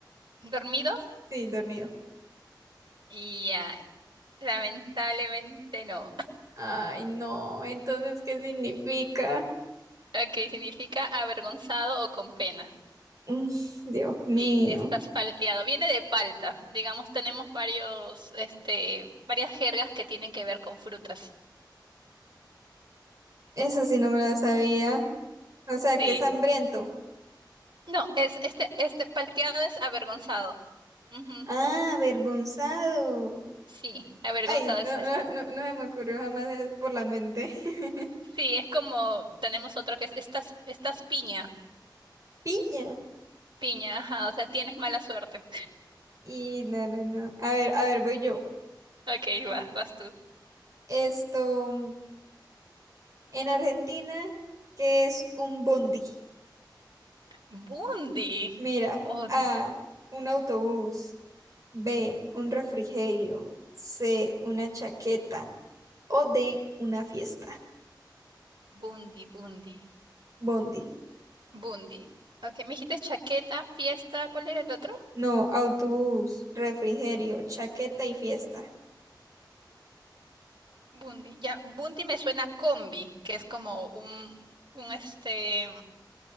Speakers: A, on the right; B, on the right.
A: ¿Dormido?
B: Sí, dormido.
A: Y Ya, lamentablemente no. <laughs>
B: Ay, no, entonces, ¿qué significa?
A: Ok, significa avergonzado o con pena.
B: Mm, Dios mío,
A: Sí, estás palteado. Viene de palta. Digamos, tenemos varios, este, varias jergas que tienen que ver con frutas.
B: eso sí no me lo sabía. O sea,
A: Sí.
B: que es hambriento.
A: No, es este, este palteado es avergonzado. Ujú.
B: Ah, avergonzado.
A: Sí, avergonzado
B: Ay,
A: es,
B: no,
A: es-
B: no, no, no se me ocurrió jamás eh, por la mente. <laughs>
A: sí, es como tenemos otro que es estás, estás piña.
B: Piña.
A: Piña, ajá, o sea, tienes mala suerte.
B: Y no, no, no. A ver, a ver, voy yo.
A: <laughs> Ok, vas, vas tú.
B: Esto. En Argentina, ¿qué es un bondi?
A: Bundi.
B: Mira,
A: Oh,
B: A, un autobús, B, un refrigerio, C, una chaqueta o D, una fiesta.
A: bundi, bundi.
B: Bondi.
A: Bundi. Ok, me dijiste chaqueta, fiesta, ¿cuál era el otro?
B: No, autobús, refrigerio, chaqueta y fiesta.
A: Bundi. Ya, Bundi me suena a combi, que es como un, un, este,